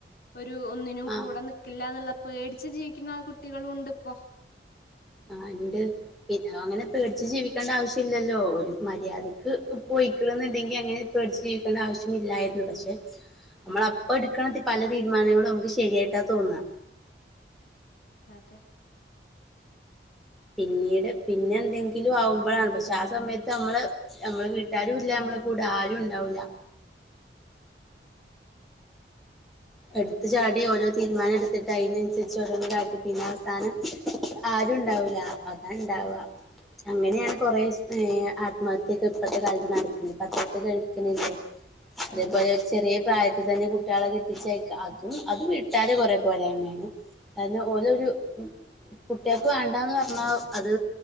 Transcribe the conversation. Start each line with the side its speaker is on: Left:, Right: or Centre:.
Left: ഒരു ഒന്നിനും
Centre: ആഹ്
Left: കൂടെ നിക്കില്ല എന്നുള്ള പേടച്ച് ജീവിക്കുന്ന ആ കുട്ടികളു ഉണ്ട് ഇപ്പോ
Centre: ആ ഉണ്ട് പിന്നെ അങ്ങനെ പേടിച്ചു ജീവിക്കേണ്ട ആവശ്യം ഇല്ലല്ലോ ഒരു മര്യാദക്ക് പോയിക്ക്ണ്ന്നുണ്ടെങ്കി അങ്ങനെ പേടിച്ചു ജീവിക്കേണ്ട ആവശ്യം ഇല്ലായിരുന്നു പക്ഷെ നമ്മൾ അപ്പ എടുക്കണം പല തീരുമാനങ്ങളും നമുക്ക് ശരിയായിട്ടാ തോന്നാ
Left: അതെ
Centre: പിന്നീട് പിന്നെ എന്തെങ്കിലും ആവുമ്പോഴാണ് പക്ഷെ ആ സമയത്ത് നമ്മള് നമ്മള് വീട്ടാലും ഇല്ല നമ്മളെ കൂട ആരുണ്ടാവൂല എടുത്ത ചാടി ഓരോ തീരുമാനം എടുത്തിട്ട് അതിനനുസരിച്ച് ഓരോന്ന് കാട്ടി പിന്നെ അവസാനം ആരും ഉണ്ടാവൂല അതാണ് ണ്ടവാ അങ്ങനെയാണ് കൊറെ ഏ ആത്മഹത്യക്കെ ഇപ്പത്തെ കാലത്ത് നടക്കണെ പത്രത്ത് കേൾക്ക്ണില്ലേ അതേപോലെ
Left: ഉം
Centre: ചെറിയ പ്രായ ത്ത് തന്നെ കുട്ടികളെ കെ ട്ടിച്ചയക്ക അതും അത് വീട്ടാതെ കുറേ പോരായ്മയാണ് ഓലൊരു കുട്ട്യാക്കു വേണ്ടാന്ന് പറ ആ അത്